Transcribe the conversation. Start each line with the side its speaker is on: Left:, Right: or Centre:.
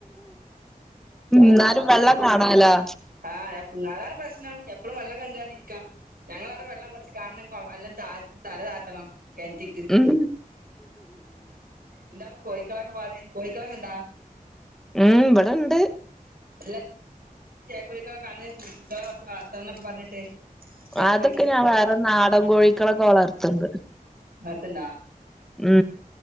Centre: എന്നാലും
Right: അല്ല
Centre: വെള്ളം കാണലോ
Right: ആ താണ് പ്രശ്നം എപ്പഴും വെള്ളം കണ്ടാണ്ടിരിക്കാ ഞങ്ങളവിടെ വെള്ളം കുറച്ച് കാണണം എല്ലാം ത തല താത്തണം കെൻറ്റ്ക്ക്
Centre: ഉം
Right: എന്താ കോഴിക്കളൊക്കെ പാട് കോയിക്കള് ണ്ടാ
Centre: മ് വടെണ്ട്
Right: <unintelligible> വളർത്തണം ന്നൊക്കെ പറഞ്ഞിട്ട് ചേക്കോയിക്കളൊക്കെ
Centre: അതൊക്കെ ഞാൻ വേറെ നാടൻ കോഴികളൊക്കെ വളർത്തണ്ട്
Right: ത്ണ്ടാ
Centre: മ്